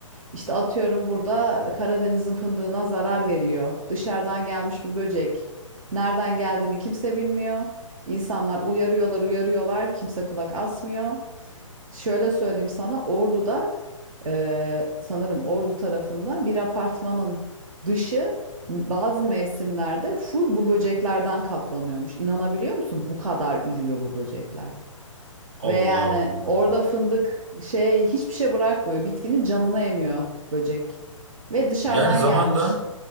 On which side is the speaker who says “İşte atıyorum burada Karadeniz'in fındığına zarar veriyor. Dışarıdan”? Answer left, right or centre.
Right